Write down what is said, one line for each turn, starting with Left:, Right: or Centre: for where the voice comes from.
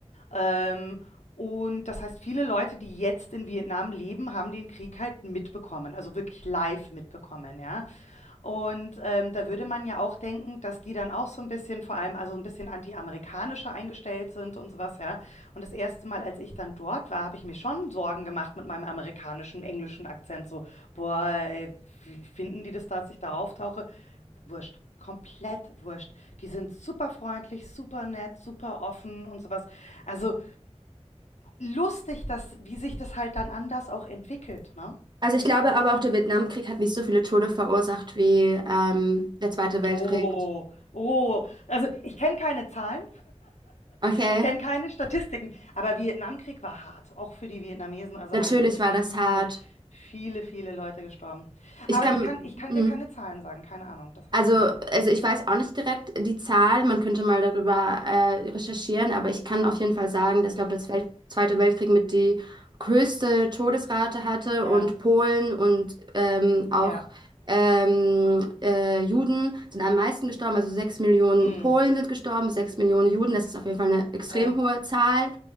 Left: Ähm, und das heißt, viele Leute, die jetzt in Vietnam leben, haben den Krieg halt mitbekommen, also wirklich live mitbekommen, ja. Und ähm, da würde man ja auch denken, dass die dann auch so ein bisschen, vor allem also ein bisschen anti-amerikanischer eingestellt sind und sowas, ja. Und das erste Mal, als ich dann dort war, habe ich mir schon Sorgen gemacht mit meinem amerikanischen, englischen Akzent. So, boah, ey, wie finden die das, dass ich da auftauche? Wurscht. Komplett wurscht. Die sind super freundlich, super nett, super offen und sowas. Also lustig, dass, wie sich das halt dann anders auch entwickelt, ne?
Right: Also ich glaube aber auch, der Vietnamkrieg hat nicht so viele Tote verursacht wie ähm, der Zweite Weltkrieg.
Left: Oh, oh. Also ich kenne keine Zahlen,
Right: Okay,
Left: ich kenne keine Statistiken, aber Vietnamkrieg war hart, auch für die Vietnamesen. Also
Right: natürlich
Left: da sind viele,
Right: war das hart.
Left: viele, viele Leute gestorben.
Right: Ich
Left: Aber
Right: kann.
Left: ich kann, ich kann
Right: Mhm.
Left: dir keine Zahlen sagen, keine Ahnung, das
Right: Also,
Left: weiß ich nicht.
Right: also ich weiß auch nicht direkt die Zahl, man könnte mal darüber äh, recherchieren, aber ich kann auf jeden Fall sagen, dass, glaube ich, der Welt Zweite Weltkrieg mit die höchste Todesrate hatte
Left: Ja,
Right: und Polen und ähm, auch
Left: ja,
Right: ähm, äh, Juden sind am meisten gestorben, also sechs Millionen
Left: mm,
Right: Polen sind gestorben, sechs Millionen Juden, das ist auf jeden Fall eine extrem
Left: ja,
Right: hohe Zahl.